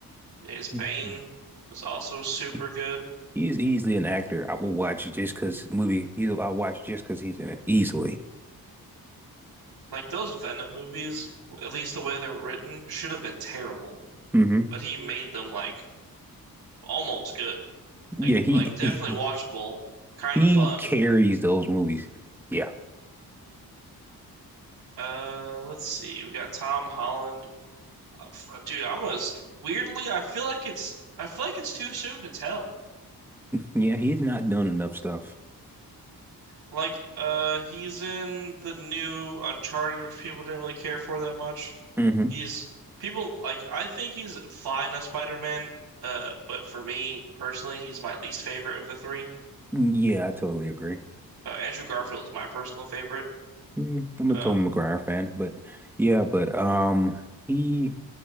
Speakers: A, on the right; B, in the centre.
A: Yeah, his Bane
B: Mhm.
A: was also super
B: He
A: good.
B: he is easily an actor I will watch just because movie. He I'll watch just because he's in it easily.
A: Like those Venom movies, at least the way they're written, should have been terrible,
B: hmm
A: but he made them like almost good.
B: Yeah,
A: Like
B: he,
A: like definitely
B: he
A: watchable, kind
B: He
A: of fun.
B: carries those movies. Yeah.
A: Uh, let's see. We got Tom Holland. Uh, f- Dude, I'm gonna, s- weirdly, I feel like it's I feel like it's too soon to tell.
B: Yeah, he's not done enough stuff.
A: Like, uh, he's in the new Uncharted, which people didn't really care for that much.
B: hmm
A: He's people like I think he's fine as Spider-Man, uh, but for me personally, he's my least favorite of the three.
B: Yeah, I totally agree.
A: Uh, Andrew Garfield is my personal favorite.
B: Mm, I'm a
A: Um,
B: Tobey Maguire fan, but yeah, but um he